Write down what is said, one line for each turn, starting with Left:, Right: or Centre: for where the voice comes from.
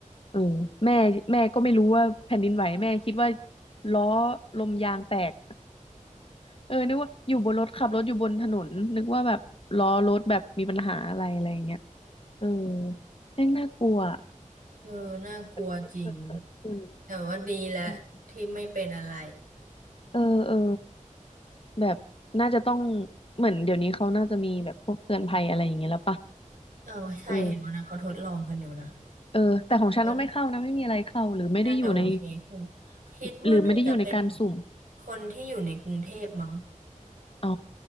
Left: เออแม่แม่ก็ไม่รู้ว่าแผ่นดินไหวแม่คิดว่าล้อลมยางแตก เออนึกว่าอยู่บนรถขับรถอยู่บนถนนนึกว่าแบบล้อรถแบบมีปัญหาอะไรอะไรอย่างเงี้ยเออแม่งน่ากลัวอะ
Right: เออน่ากลัวจริง
Left: ไม่เคยเกิดขึ้น
Right: แต่ว่าดีแหละที่ไม่เป็นอะไร
Left: อืมเออเออแบบน่าจะต้องเหมือนเดี๋ยวนี้เขาน่าจะมีแบบพวกเตือนภัยอะไรอย่างเงี้ยแล้วปะ
Right: เออใช่เห็นว่านะเขาทดลองกันอยู่นะ
Left: เออเออแต่ของฉันก็ไม่เข้านะไม่มีอะไรเข้าหรือไม่ได้อยู่ใน
Right: คิดว่าน่าจะโอเคขึ้นคิดว่าน่าจะเป็น
Left: หรือไม่ได้อยู่ในการสุ่ม
Right: คนที่อยู่ในกรุงเทพมั้ง
Left: อ๋อ